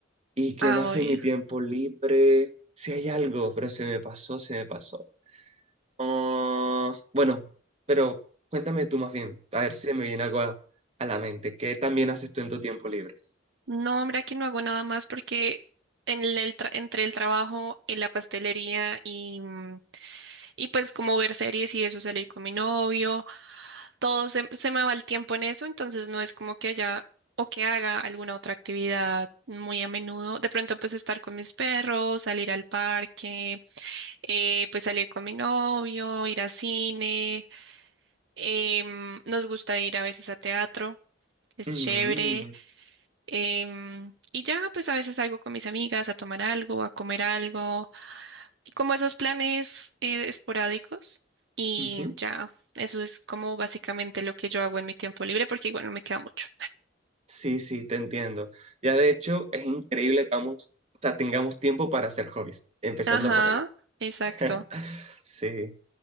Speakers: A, on the right (about 35°); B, on the right (about 65°).
A: ¿Y qué
B: ah,
A: más
B: obvio.
A: en mi tiempo libre? Si hay algo, pero se me pasó, se me pasó. Ah, bueno, pero cuéntame tú más bien, a ver si se me viene algo a, a la mente. ¿Qué también haces tú en tu tiempo libre?
B: No, mira que no hago nada más porque en el tra- entre el trabajo, en la pastelería y, mm, y pues como ver series y eso, salir con mi novio. todo se, se me va el tiempo en eso, entonces no es como que haya o que haga alguna otra actividad muy a menudo. De pronto, pues estar con mis perros, salir al parque, eh, pues salir con mi novio, ir a cine. em, nos gusta ir a veces a teatro, es
A: Mm,
B: chévere. Em, y ya, pues a veces salgo con mis amigas a tomar algo, a comer algo, como esos planes eh, esporádicos. Y
A: ujú.
B: ya, eso es como básicamente lo que yo hago en mi tiempo libre, porque igual no me queda mucho.
A: Sí, sí, te entiendo. Ya de hecho, es increíble que vamos, o sea, tengamos tiempo para hacer hobbies, empezando
B: Ajá,
A: por ahí. <laughs>
B: exacto.
A: Sí.